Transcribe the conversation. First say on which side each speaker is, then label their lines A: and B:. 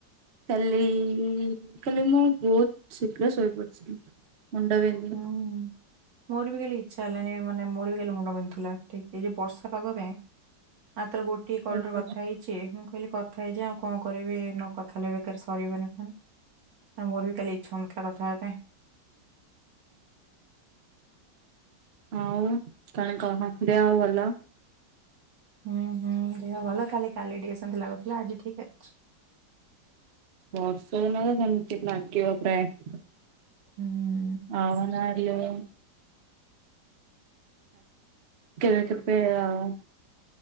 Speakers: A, on the right (about 45°); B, on the right (about 80°).
A: କାଲି କାଲି ମୁଁ ବହୁତ ଶୀଘ୍ର ଶୋଇପଡିଥିଲି ମୁଣ୍ଡ ବିିନ୍ଧି
B: ହୁଁ ମୋର ବି କାଲି ଇଚ୍ଛା ହେଲାନି ମାନେ ମୋର ବି କାଲି ମୁଣ୍ଡ ବନ୍ଧୁଥିଲା ଏ ବର୍ଷା ପାଗ ପାଇଁ। ମାତ୍ର ଗୋଟିଏ
A: ବିନ୍ଧିଲା।
B: କଲ ର କଥା ହେଇ ମୁଁ କହିଲି କଥା ହେଇଯଏ ଆଉ କଣ କରିବି ନ କଥା ହେଲେ ବେକାର ସରିବନି ପୁଣି ମୋର ବି କାଲି ଇଚ୍ଛ ହଉନଥିଲା କଥା ହେବା ପାଇଁ।
A: ହଉ କଣ କହ ଦେ ହଉ ଭଲ।
B: ହୁଁ ହୁଁ ଦେହ ଭଲ କାଲି କାଲି ଟିକେସନ୍ତି ଲାଗୁଥିଲା ଆଜି ଠିକ ଅଛି।
A: ବର୍ଷ ନ <unintelligible>
B: ହୁଁ।
A: ଆଉନିଲ କେବେ କେବେ ଆଉ